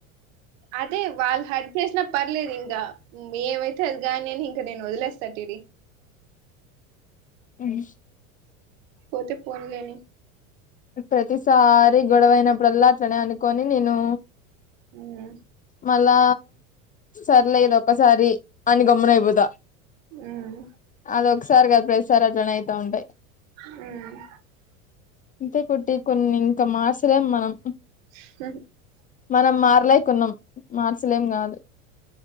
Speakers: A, on the right; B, on the left.
A: అదే వాళ్ళు హట్ చేసినా పర్లేదింక ఏమైతే అదిగాని అని ఇంక నేను వదిలేస్త టిడి
B: ఉమ్
A: పోతే పోన్లేని
B: ప్రతిసారి గొడవైనప్పుడుల్ల అట్లనే అనుకోని నేను
A: ఉమ్మ్
B: మళ్ళా సర్లే ఇదొక్క సారి అని గమ్మున అయిపోత
A: హ్మ్
B: అదొకసారి కాదు ప్రతిసారి అట్లనే అయితా ఉంటయి
A: ఉమ్
B: అంతే కుట్టి కొన్ని ఇంక మార్సలేం మనం
A: <unintelligible>
B: మనం మార్లేకున్నాం మార్చలేం కాదు